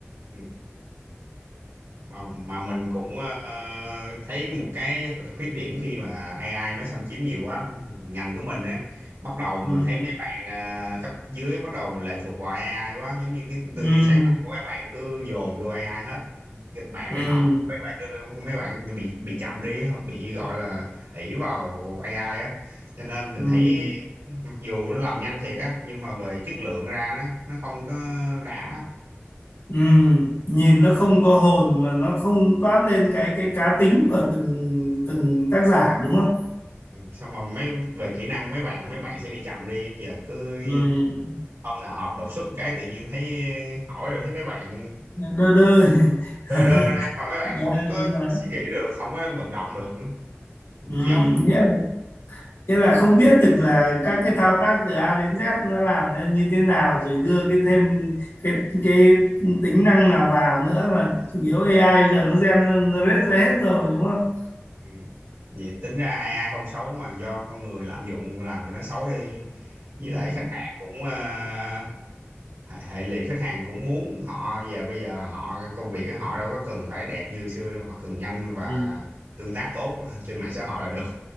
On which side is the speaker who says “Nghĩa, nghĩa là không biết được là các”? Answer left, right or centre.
Left